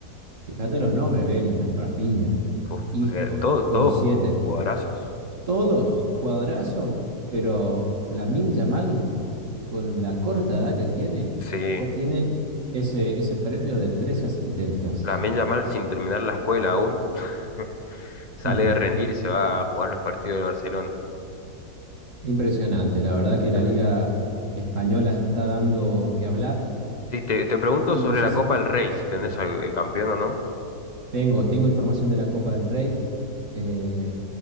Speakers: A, on the right; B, on the left.
A: Fíjate los nombres, Bellingham, Rafinha,
B: Uf,
A: Isco,
B: de- todo, todos
A: todos 7,
B: ju- jugadorazos.
A: Todos jugadorazos, pero Lamine Yamal con la corta edad que tiene,
B: Sí.
A: ya tiene ese, ese premio de tres asistencias.
B: Lamine Yamal sin terminar la escuela aún. <laughs> Sale
A: <laughs>
B: de rendir y se va a jugar los partidos del Barcelona.
A: Impresionante, la verdad
B: Ajá.
A: que la liga española está dando que hablar
B: Sí, te, te pregunto
A: y
B: sobre
A: no sé
B: la
A: si...
B: Copa del Rey, si tenés
A: Sí,
B: al el campeón o no.
A: tengo, tengo información de la Copa del Rey. eh,